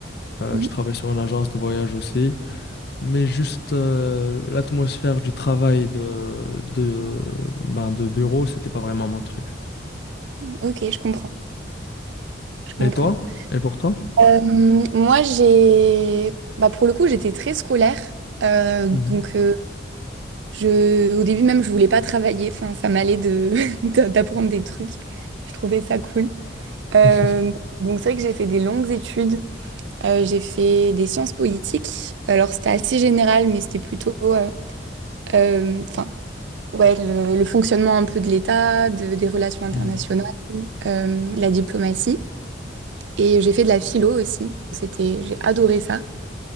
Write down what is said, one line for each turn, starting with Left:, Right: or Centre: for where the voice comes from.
Left: Euh,
Right: Mhm.
Left: je travaille sur une agence de voyage aussi. Mais juste euh, l'atmosphère du travail de, de, ben, de bureau, c'était pas vraiment mon truc.
Right: Ok, je comprends. Je comprends.
Left: Et toi? Et pour toi?
Right: Euh, moi, j'ai, bah, pour le coup, j'étais très scolaire. Euh, donc,
Left: Mhm.
Right: euh, je, au début même, je voulais pas travailler. Enfin, ça m'allait de <laughs> d'a- d'apprendre des trucs. Je trouvais ça cool. Euh,
Left: <laughs>
Right: donc, c'est vrai que j'ai fait des longues études. Euh, j'ai fait des sciences politiques. Alors, c'était assez général, mais c'était plutôt, euh, euh, enfin, Ouais, le, le fonctionnement un peu de l'État, de- des relations internationales,
Left: Mhm.
Right: euh, la diplomatie. Et j'ai fait de la philo aussi. Donc C'était, j'ai adoré ça.